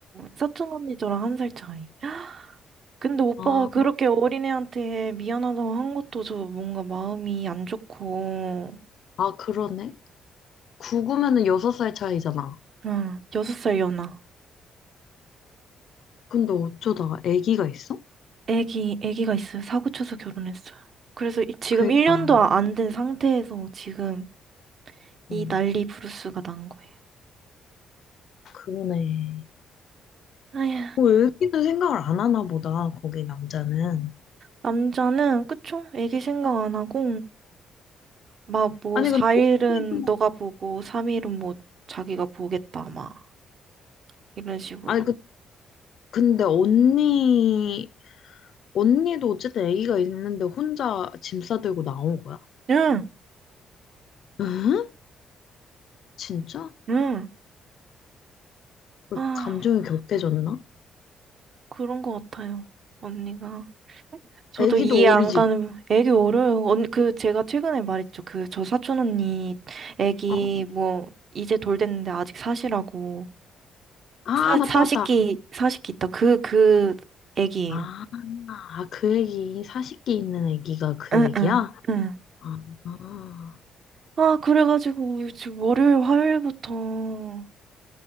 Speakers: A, on the right (about 50°); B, on the left (about 65°).
A: 사촌 언니 저랑 한 살 차이. 근데 오빠가
B: 아,
A: 그렇게 어린애한테 미안하다고 한 것도 저 뭔가 마음이 안 좋고,
B: 아 그러네. 구구면은 여섯 살 차이잖아.
A: 응, 여섯 살 연하.
B: 근데 어쩌다가 아기가 있어?
A: 애기, 애기가 있어요. 사고 쳐서 결혼했어요. 그래서 이- 지금
B: 그러니까,
A: 1년도 안 된 상태에서 지금 이
B: 음,
A: 난리 부르스가 난 거예요.
B: 그러네.
A: 아휴,
B: 뭐, 아기는 생각을 안 하나 보다, 거기 남자는.
A: 남자는, 그쵸? 애기 생각 안 하고, 막 뭐,
B: 아니
A: 4일은
B: 근데 언니도
A: 너가 보고, 3일은 뭐, 자기가 보겠다, 막, 이런 식으로.
B: 아니 그 근데 언니 언니도 어쨌든 아기가 있는데 혼자 짐 싸들고 나온 거야?
A: 응,
B: 응? 진짜?
A: 응.
B: 왜
A: 아,
B: 감정이 격해졌나?
A: 그런 거 같아요. 언니가. 저도
B: 아기도
A: 이해 안
B: 어리지?
A: 가는 애기 어려요. 언니 그 제가 최근에 말했죠. 그 저 사촌 언니 애기
B: 어.
A: 뭐 이제 돌 됐는데 아직 사시라고
B: 아
A: 사
B: 맞다
A: 사십기
B: 맞다.
A: 사십기 있다. 그 그 애기예요.
B: 아, 아, 그 애기 사십기 있는 애기가 그
A: 응응
B: 애기야?
A: 응. 응.
B: 아, 아,
A: 아 그래가지고 지금 월요일 화요일부터 음,